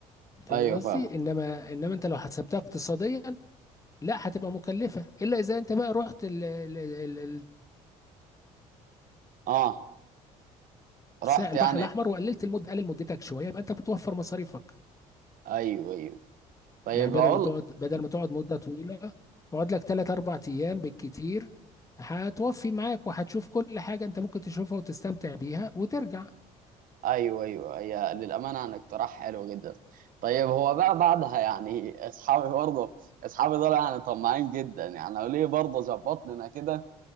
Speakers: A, on the left; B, on the right.
A: فاهم
B: ايوه
A: قصدي
B: فاهم
A: انما انما انت لو حسبتها اقتصاديا لا هتبقى مكلفة الا اذا انت بقى رحت ال- ال- ال- ال-
B: اه رحت
A: الس- البحر
B: يعني
A: الاحمر وقللت المدة قلل مدتك شوية يبقى انت بتوفر مصاريفك
B: ايوه ايوه طيب
A: يعني بدل
B: اقول
A: ما تقعد بدل ما تقعد مدة طويلة اقعد لك 3 4 ايام بالكتير هتوفي معاك وهتشوف كل حاجة انت ممكن تشوفها وتستمتع بيها وترجع
B: ايوه ايوه هي للامانه يعني اقتراح حلو جدا طيب هو بقى بعدها يعني اصحابي برضه اصحابي دول يعني طماعين جدا يعني قالوا لي برضه ظبط لنا كده